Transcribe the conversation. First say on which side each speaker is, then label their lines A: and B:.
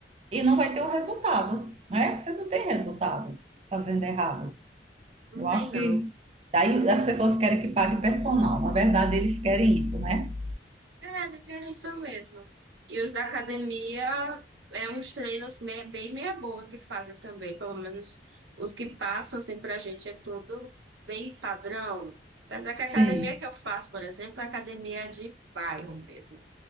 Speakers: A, on the right; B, on the right.
A: e não vai ter o resultado, né? Você não tem resultado fazendo errado.
B: Não
A: Eu
B: tem,
A: acho
B: não.
A: que daí as pessoas querem que pague personal. Na verdade, eles querem isso, né?
B: É, não tem isso mesmo. E os da academia é uns treinos meia- bem meia boca que fazem também. Pelo menos os que passam assim pra gente é tudo bem padrão. Apesar que a
A: Sim.
B: academia que eu faço, por exemplo, é academia de bairro mesmo.